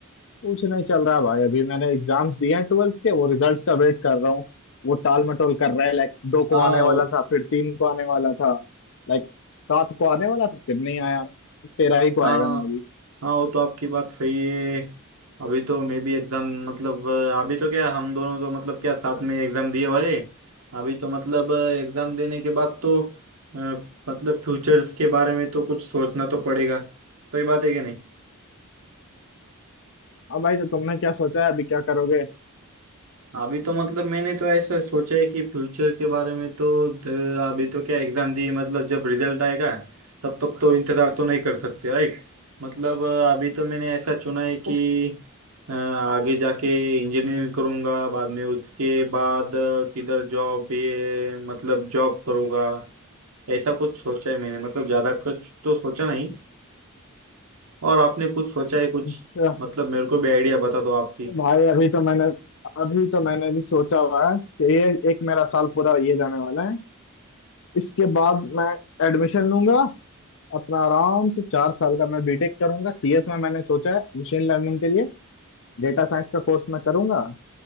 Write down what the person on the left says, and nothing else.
कुछ नहीं चल रहा भाई अभी मैंने एग्जाम्स दिए हैं ट्वेल्थ के वो रिजल्ट्स का वेट कर रहा हूँ वो टाल मटोल कर रहा है लाइक दो को
आने
वाला था फिर तीन को आने वाला था लाइक सात को आने वाला था फिर नहीं आया तेरह ही को
आएगा
मे भी
अब भाई तो तुमने क्या सोचा है अभी क्या करोगे
अच्छा
भाई अभी तो मैंने अभी तो मैंने भी सोचा हुआ है कि ये एक मेरा साल पूरा ये जाने वाला है इसके बाद मैं एडमिशन लूंगा अपना आराम से चार साल का मैं बीटेक करूंगा सीएस में मैंने सोचा है मशीन लर्निंग के लिए डेटा साइंस का कोर्स मैं करूंगा